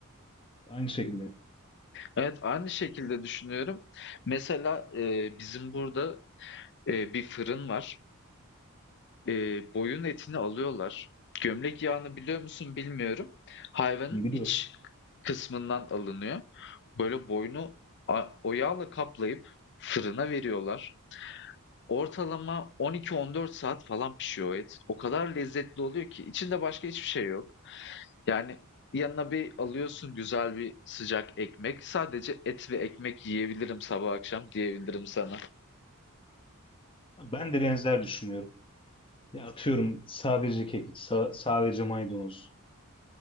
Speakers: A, on the left; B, on the left.
A: aynı şekilde.
B: Evet aynı şekilde düşünüyorum. Mesela e, bizim burada e, bir fırın var. E, boyun etini alıyorlar. Gömlek yağını biliyor musun bilmiyorum. Hayvanın
A: Biliyorum.
B: iç kısmından alınıyor. Böyle boynu a- o yağla kaplayıp fırına veriyorlar. Ortalama 12-14 saat falan pişiyor o et. O kadar lezzetli oluyor ki içinde başka hiçbir şey yok. Yani yanına bir alıyorsun güzel bir sıcak ekmek. Sadece et ve ekmek yiyebilirim sabah akşam diyebilirim sana.
A: Ben de benzer düşünüyorum. Ya atıyorum sadece kekik, sa- sadece maydanoz.